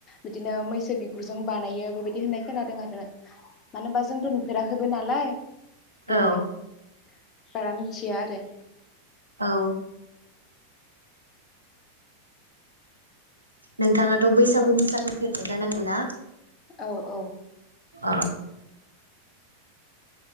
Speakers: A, on the left; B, on the right.
A: बिदिनो मैसो बिगुरजों बानायो बेबायदि होननाय खोनादों आरो मानो होनबा जोंथ' नुफेरा होबो नालाय बेनिखायनो।
B: औ
A: बारा मिथिया आरो।
B: औ। नोंथाङाथ' बैसागु मोसागोफेरनाय जानांगौ ना?
A: औ औ।
B: औ